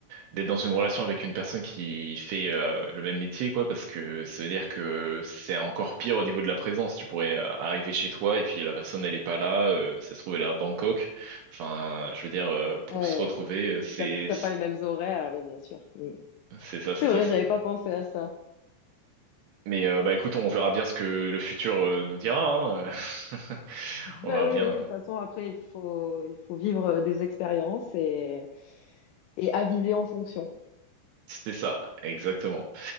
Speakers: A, on the right; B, on the left.
A: d'être dans une relation avec une personne qui fait euh, le même métier, quoi, parce que ça veut dire que c'est encore pire au niveau de la présence. Tu pourrais euh, arriver chez toi et puis la personne, elle est pas là, euh, ça se trouve, elle est à Bangkok. Enfin, je veux dire, euh, pour
B: Ouais,
A: se retrouver, euh, c'est...
B: t'as, pas t'as pas les mêmes horaires, mais bien sûr. Mm.
A: C'est ça,
B: C'est
A: c'est ça,
B: vrai,
A: c'est...
B: j'avais pas pensé à ça.
A: Mais euh, bah écoute, on verra bien ce que le futur euh, nous dira, hein. <laughs>
B: Bah
A: On verra
B: oui,
A: bien.
B: oui, oui, de toute façon, après, il faut, il faut vivre des expériences et, et aviser en fonction.
A: C'était ça, exactement.